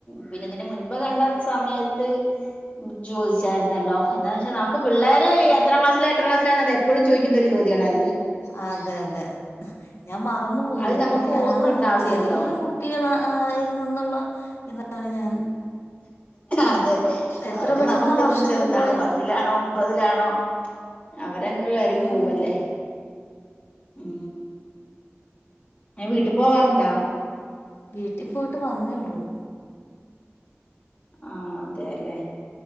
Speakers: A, on the left; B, on the left.
A: പിന്നെ ഇതിന് മുൻപ് കണ്ട സമയത്ത് ഇജ്ജ് ചോദിച്ചായിരുന്നല്ലോ എന്താന്ന് വെച്ചാൽ നമുക്ക് പിള്ളേർ എത്ര ക്ലാസില എത്ര ക്ലാസില എപ്പോഴും ചോദിക്കുന്ന ഒരു ചോദാണ്ണത്
B: അതെ അതെ ഞാൻ മറന്നു പോയി
A: അത്
B: എത്രല്ല
A: നമുക്ക് ഓർമ്മ ഉണ്ടാവില്ലല്ലോ
B: ചെറിയ കുട്ടികൾ ആയിരുന്നു എന്നുള്ള ഇതാണ് ഞാൻ
A: അതെ
B: എത്ര
A: അവര്
B: പെട്ടെന്നാ
A: നമുക്കൊന്നും
B: വർഷങ്ങൾ
A: ചെറുതാണ്
B: പോയെ
A: പത്തിലാണോ ഒമ്പതിലാണോ അവരങ്ങങ് കയറി
B: ആഹ്
A: പോവല്ലേ ഉ ഞാൻ വീട്ടിൽ പോവാറുണ്ടോ
B: വീട്ടില് പോയിട്ട് വന്നേള്ളു
A: ആ അതെല്ലെ